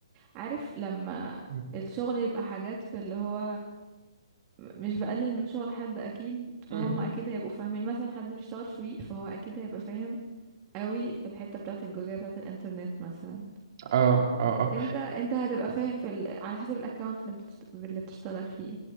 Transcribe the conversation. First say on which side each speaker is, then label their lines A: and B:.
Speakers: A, on the right (about 30°); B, on the right (about 50°).
A: عارف لما
B: مم.
A: الشغل يبقى حاجات في اللي هو مش بقلل من شغل حد اكيد
B: مم.
A: وهما اكيد هيبقوا فاهمين مثلا حد بيشتغل في ويك فهو اكيد هيبقى فاهم قوي في الحتة بتاعة الجزئية بتاعة الانترنت مثلا
B: اه اه اه
A: انت انت هتبقى فاهم في ال... على حسب الاكونت اللي, بتشت... اللي بتشتغل فيه